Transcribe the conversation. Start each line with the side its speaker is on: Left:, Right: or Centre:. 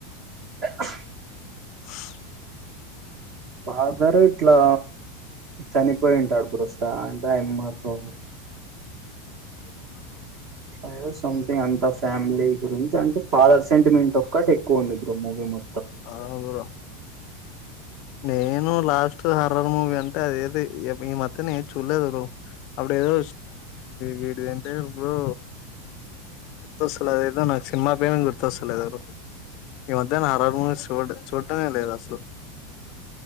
Right: <unintelligible>
Left: <unintelligible>
Right: ఫాదరే ఇట్లా చని అప్పుడే వింటాడు బ్రో స్టాండ్ అమ్మతో
Left: <unintelligible>
Right: అదో సంథింగ్ అంతాస్ ఫ్యామిలీ గురించి అంటే ఫాదర్ సెంటిమెంట్ ఒక్కటి ఎక్కువ ఉంది బ్రో మూవీ మొ
Left: ఆహా <inaudible> నేను లాస్ట్ టూ హర్రర్ మూవీ అంటే అది ఏది ఈ మధ్యన ఏది చూడలేదు బ్రో అప్పుడు ఏదో వీడిది ఏం పేరు బ్రో గుర్తొస్తలేదు అదేదో నాకు సినిమా పేరు గుర్తొస్తలేదు. ఈ మధ్యన హార్రర్ మూవీస్ చూడ్ చూడమేలేదు అసలు